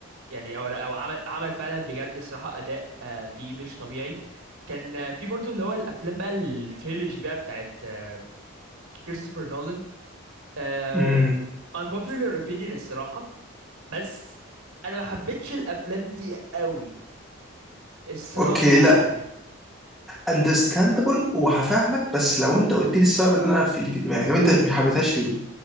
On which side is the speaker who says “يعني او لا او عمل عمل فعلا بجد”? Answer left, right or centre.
Right